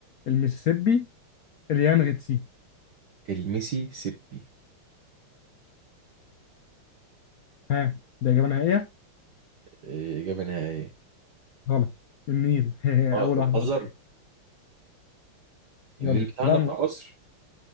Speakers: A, on the left; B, on the right.
A: المسيسيبي اليانغتسي
B: الميسي سيبي
A: ها ده اجابه نهائيه؟
B: إيه، إجابة نهائية
A: غلط النيل <laughs>
B: اه
A: اول
B: أنت
A: واحده
B: بتهزر
A: غلط يلا
B: النيل بتاعنا
A: لا م...
B: بتاع مصر